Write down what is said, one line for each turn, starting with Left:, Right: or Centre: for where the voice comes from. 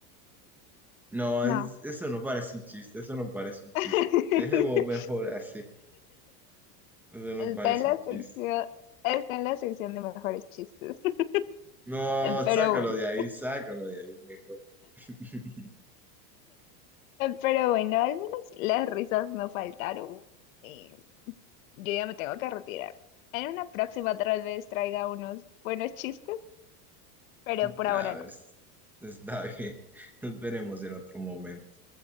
Centre: No,
Left: No.
Centre: es- eso no parece un chiste, eso no parece un chiste.
Left: <laughs>
Centre: Dejemos mejor así, eso no
Left: Está
Centre: parece
Left: en la
Centre: un chiste.
Left: sección, está en la sección de mejores chistes. <laughs>
Centre: No,
Left: Pero
Centre: sácalo
Left: bueno,
Centre: de ahí, sácalo de ahí mejor. <laughs>
Left: pero bueno, al menos las risas no faltaron. Y yo ya me tengo que retirar. En una próxima tal vez traiga unos buenos chistes, pero por
Centre: Claro,
Left: ahora no.
Centre: es, está bien. Nos veremos en otro momento.